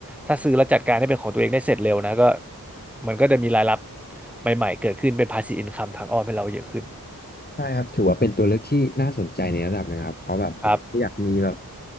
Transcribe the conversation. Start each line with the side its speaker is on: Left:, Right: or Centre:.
Centre: ถ้าซื้อแล้วจัดการให้เป็นของตัวเองได้เสร็จเร็วนะก็มันก็จะมีรายรับใหม่ๆเกิดขึ้นเป็น passive income ทางอ้อมให้เราเยอะขึ้น
Left: ใช่ครับถือว่าเป็นตัวเลือกที่น่าสนใจในระดับหนะครับเพราะแบบผมก็อยากมีแบบ
Centre: ครับ